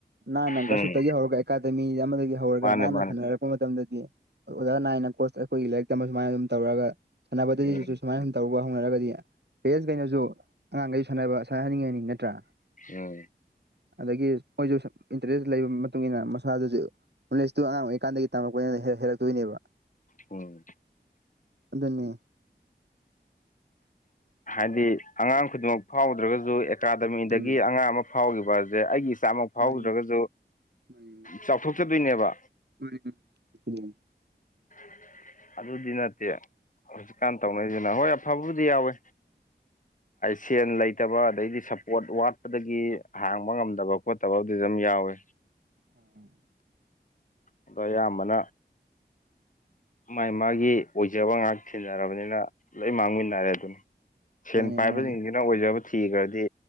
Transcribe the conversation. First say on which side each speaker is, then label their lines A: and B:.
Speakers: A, on the right; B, on the left.
A: ꯅꯥꯅꯪ
B: ꯎꯝ
A: ꯀꯁꯨꯠꯇꯒꯤ ꯍꯧꯔꯒ ꯑꯦꯀꯥꯗꯃꯤ ꯑꯃꯗꯒꯤ ꯍꯧꯔꯒ
B: ꯃꯥꯅꯦ
A: ꯅꯥꯟꯅ
B: ꯃꯥꯅꯦ
A: ꯁꯥꯟꯅꯔꯛ ꯄ ꯃꯇꯝꯗꯗꯤ ꯑꯣꯖꯥ ꯅꯥꯏꯅ ꯀꯣꯆ ꯑꯩꯈꯣꯏꯒꯤ ꯂꯥꯏꯔꯤꯛ ꯇꯝꯕ ꯁꯨꯃꯥꯏꯅ ꯑꯗꯨꯝ ꯇꯧꯔꯒ ꯁꯥꯟꯅꯕꯗꯁꯨ
B: ꯎꯝ
A: ꯁꯨꯃꯥꯏꯅ ꯇꯧꯕ ꯍꯧꯅꯔꯒꯗꯤ ꯄꯦꯔꯦꯟꯁꯈꯩꯅꯁꯨ ꯑꯉꯥꯡꯈꯩꯁꯨ ꯁꯥꯟꯅꯕ ꯁꯥꯟꯅ ꯍꯥꯏꯅꯤꯡꯉ ꯍꯥꯏꯅꯤꯡ ꯅꯠꯇ꯭ꯔꯥ
B: ꯎꯝ
A: ꯑꯗꯒꯤ ꯃꯣꯏꯁꯨ ꯏꯟꯇꯔꯦꯁ ꯂꯩꯕꯒꯤ ꯃꯇꯨꯡ ꯏꯟꯅ ꯃꯁꯥꯗꯁꯨ ꯅꯣꯂꯁꯇꯨ ꯑꯉꯥꯡ ꯑꯣꯏꯔꯤꯀꯥꯟꯗꯒꯤ ꯇꯝꯃꯛꯄꯅꯤꯅ ꯍꯦꯜꯂꯛꯇꯣꯏꯅꯦꯕ
B: ꯎꯝ
A: ꯑꯗꯨꯅꯦ
B: ꯍꯥꯏꯗꯤ ꯑꯉꯥꯡ ꯈꯨꯗꯤꯡꯃꯛ ꯐꯥꯎꯗ꯭ꯔꯒꯁꯨ ꯑꯦꯀꯥꯗꯃꯤꯗꯒꯤ
A: ꯎꯝ
B: ꯑꯉꯥꯡ ꯑꯃ ꯐꯥꯎꯈꯤꯕꯁꯦ ꯑꯩꯒꯤ ꯆꯥꯝꯃ ꯐꯥꯎꯗ꯭ꯔꯒꯁꯨ
A: ꯃꯥꯅꯤ ꯃꯥꯅꯤ
B: ꯆꯥꯎꯊꯣꯛꯆꯗꯣꯏꯅꯦꯕ
A: <unintelligible>
B: <inaudible> ꯑꯗꯨꯗꯤ ꯅꯠꯇꯦ ꯍꯧꯖꯤꯛꯀꯥꯟ ꯇꯧꯅꯔꯤꯁꯤꯅ ꯍꯣꯏ ꯑꯐꯕꯕꯨꯗꯤ ꯌꯥꯎꯋꯦ ꯁꯦꯟ ꯂꯩꯇꯕ ꯑꯗꯩꯗꯤ ꯁꯞꯄꯣꯔꯠ ꯋꯥꯠꯄꯗꯒꯤ ꯍꯥꯡꯕ ꯉꯝꯗꯕ ꯈꯣꯠꯇꯕ ꯑꯗꯨꯁꯨ ꯑꯗꯨꯝ ꯌꯥꯎꯋꯦ
A: <inaudible>
B: ꯑꯗꯣ ꯑꯌꯥꯝꯕꯅꯥ ꯃꯥꯥꯏ ꯃꯥꯒꯤ ꯑꯣꯏꯖꯕ ꯉꯥꯏꯍꯥꯛ ꯊꯤꯟꯅꯔꯕꯅꯤꯅ ꯂꯣꯏ ꯃꯥꯡꯃꯤꯟꯅꯔꯦ ꯑꯗꯨꯅꯤ ꯁꯦꯟ
A: ꯃꯥꯅꯤ
B: ꯄꯥꯏꯕꯁꯤꯡꯁꯤꯅ
A: ꯃꯥꯅꯦ ꯃꯥꯅꯦ
B: ꯑꯣꯏꯖꯕ ꯊꯤꯈ꯭ꯔꯗꯤ